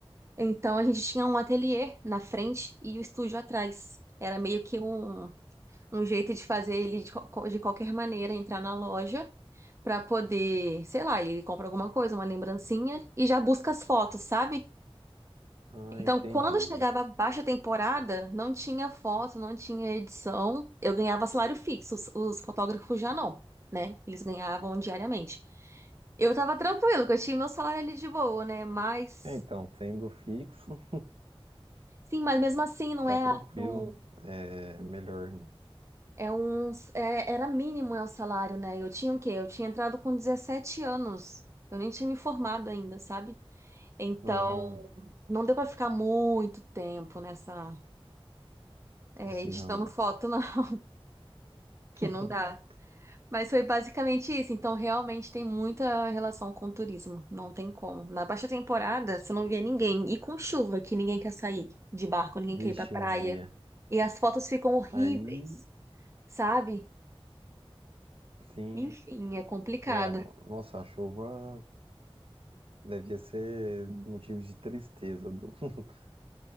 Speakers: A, on the right (about 30°); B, on the right (about 65°).
A: Então a gente tinha um ateliê na frente e o estúdio atrás. Era meio que um, um jeito de fazer ele de, qual- de qualquer maneira entrar na loja para poder, sei lá, ele compra alguma coisa, uma lembrancinha e já busca as fotos, sabe?
B: Ah,
A: Então,
B: entendi.
A: quando chegava a baixa temporada, não tinha foto, não tinha edição. Eu ganhava salário fixo, os, os fotógrafos já não, né? Eles ganhavam diariamente. Eu tava tranquilo, que eu tinha meu salário ali de boa, né? Mas,
B: É, Então, sendo fixo,
A: sim, mas mesmo assim, não
B: tá
A: é,
B: tranquilo.
A: a- não,
B: É melhor, né?
A: é um, é- era mínimo é o salário, né? Eu tinha o quê? Eu tinha entrado com 17 anos. Eu nem tinha me formado ainda, sabe? Então,
B: Ah,
A: não deu pra ficar muito tempo nessa, é,
B: esse
A: editando
B: ramo.
A: foto, não, <laughs>
B: <laughs>
A: que não dá. Mas foi basicamente isso. Então, realmente tem muita relação com o turismo. Não tem como. Na baixa temporada, você não via ninguém. E com chuva, que ninguém quer sair de barco, ninguém
B: Vixe,
A: quer ir pra praia.
B: Maria.
A: E as fotos ficam horríveis,
B: Aí
A: sabe?
B: Sim,
A: Enfim, é complicado
B: é, no- nossa, a chuva devia ser motivo de tristeza do- <laughs>